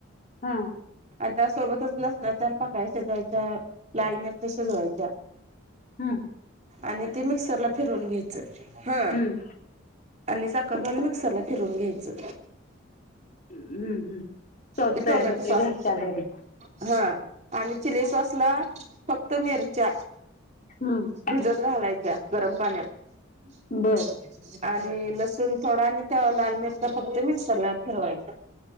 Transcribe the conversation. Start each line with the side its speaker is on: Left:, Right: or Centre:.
Left: हा
Right: आ त्या सोबतच लसणा च्या चार पाकळया लाल मिरच्या शिजवायच्या
Left: हम्म
Right: आणि ते मिक्सरला फिरून घ्यायचं हा
Left: हम्म
Right: आणि साखर घालून मिक्सरला फिरवून घ्यायचं
Left: हम्म हम् स्वास
Right: ते
Left: तयार
Right: टोमॅटो
Left: होतोय
Right: सॉस
Left: घरच्या घरी
Right: हा आणि चिली सॉसला फक्त मिरच्या
Left: हम्म
Right: भिजत घालायच्या गरम पाण्यात <inaudible>
Left: बर
Right: आणि लसूण थोडा आणि त्या लाल मिरच्या फक्त मिक्सरला फिरवायच